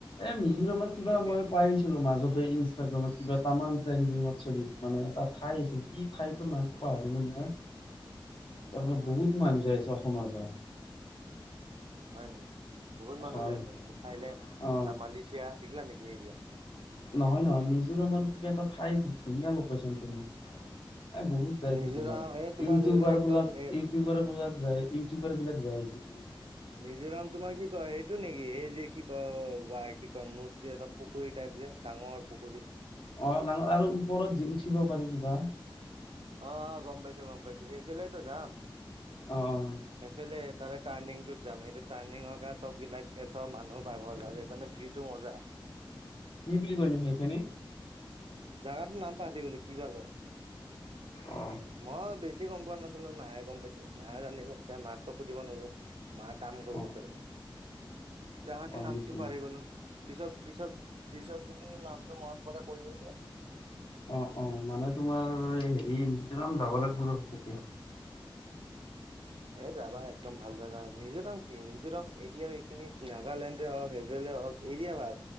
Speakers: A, on the left; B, on the right.
A: এ মিজোৰামত কিবা
B: সেইটোৱে
A: মই
B: নিয়ম
A: পাইছিলো মাজতে ইনষ্টাগ্ৰামত কিবা তামান টেন্ডিংত চলি মানে এটা ঠাই আছিল কি ঠাইটোৰ নামটো পাহৰিলো মই। তাত মানে
B: অ
A: বহুত মানুহ যায় আছে অসমৰ পৰা।
B: হয় নেকি বহুত মানুহ
A: হয়
B: যায় আছে
A: হয়
B: নেকি থাইলেণ্ড
A: অ
B: ন মালয়েছিয়া সগিলা নেকি? এৰিয়া
A: নহয় নহয় মিজোৰামৰ কিবা এটা ঠাই আছিল ধুনীয়া লোকেশন মানে। এ বহুত যাইছিল
B: মিজোৰাম
A: তোমাৰ
B: এই তোমাৰ
A: ইউটিউবাৰ
B: ধৰি লোৱা একদম
A: বিলাক
B: এ
A: ইউটিউবাৰ বিলাক য ইউটিউবাৰ বিলাক যাই হৈছিল।
B: নিজোৰাম তোমাৰ কি কয় সেইটো নেকি এই যে কি কয় কি কয় নদ এ পুখুৰী টাইপ। যে ডাঙৰ পুখুৰী।
A: অ ন আৰু ওপৰত যে উঠিব পাৰি কিবা?
B: অ অ গম পাইছো গম পাইছো সেইফালেতো যাম।
A: অ'।
B: সেইফালে তাৰে টাৰ্ণিংটোত যাম সেইটো টাৰ্ণিঙৰ কাৰণে চবিলাকে চব মানুহ পাগল আৰু স মানে ভিউতটো মজা।
A: কি বুলি কয়নো সেইখিনি?
B: জাগাতো নাম পাহৰি গ'লো কিবা কয়।
A: অ
B: মই বেছি <unintelligible> গম পোৱা নাছিলো, মায়ে গম পাইছিলে, মায়ে জানিব। এতিয়া মাকতো সুধিব নোৱাৰো। মায়ে কাম কৰি
A: অ
B: আছে ৰ'বা। জেগাটো
A: হয়
B: নামটো
A: নেকি
B: পাহৰি গ'লো। পিছত-পিছত পিছত যদি নামটো মনত পৰে কৈ দিম দিয়া।
A: অ', অ', মানে তোমাৰ হেৰি মিজোৰাম যাব লাগিব কেতিয়া।
B: এ যাবা, একদম ভাল জাগা হয়। মিজোৰাম কি মিজোৰাম এতিয়া এইখিনি নাগালেণ্ডে হওঁক <unintelligible> তে হওঁক এৰিয়া ভাল।